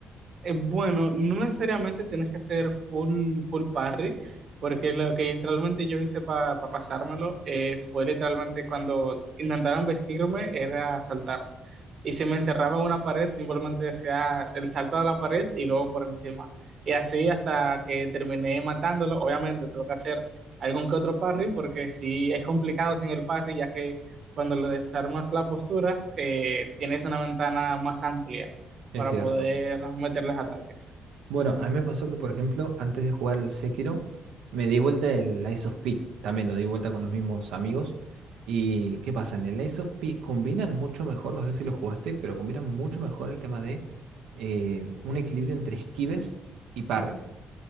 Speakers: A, on the right; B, on the right.
A: Eh, Bueno, no necesariamente tienes que hacer full, full parry, porque lo que literalmente yo hice para pasármelo eh, fue literalmente cuando s- intentaban vestirme era saltar. Y si me encerraba en una pared, simplemente decía el salto a la pared y luego por encima. Y así hasta que terminé matándolo. Obviamente tuve que hacer algún que otro parry, porque sí es complicado sin el parry, ya que cuando le desarmas las posturas, eh, tienes una ventana más amplia
B: Es
A: para
B: cierto.
A: poder meterles ataques.
B: Bueno, a mí me pasó que, por ejemplo, antes de jugar al Sekiro, me di vuelta el Lies of P. También lo di vuelta con los mismos amigos. ¿Y qué pasa? En el Lies of P combinan mucho mejor, no sé si lo jugaste, pero combinan mucho mejor el tema de eh, un equilibrio entre esquives y parries.